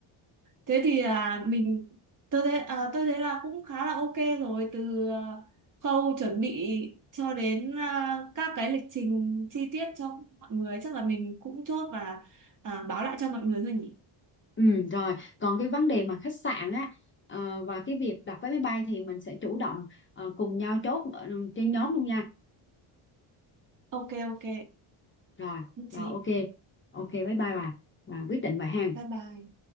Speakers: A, on the right; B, on the left.
A: thế thì là mình tôi thấy à, tôi thấy là cũng khá là ok rồi từ à, khâu chuẩn bị cho đến à, các cái lịch trình chi tiết cho mọi người chắc là mình cũng chốt và à, báo lại cho mọi người thôi nhỉ
B: ừ rồi còn cái vấn đề mà khách sạn á ờ, và cái việc đặt vé máy bay thì mình sẽ chủ động ờ, cùng nhau chốt ờ, trên nhóm luôn nha
A: ok ok
B: rồi
A: nhất
B: rồi
A: trí
B: ok ok bye bye bà và quyết định vậy ha
A: bye bye